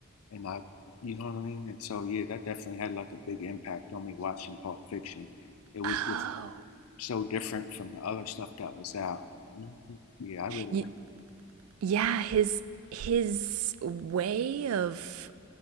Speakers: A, on the left; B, on the right.
A: and I, you know what I mean? And so yeah, that definitely had like a big impact on me watching Pulp Fiction. It was
B: oh
A: just so different from the other stuff that was out. hmm Yeah, I really
B: y-
A: like.
B: yeah his his way of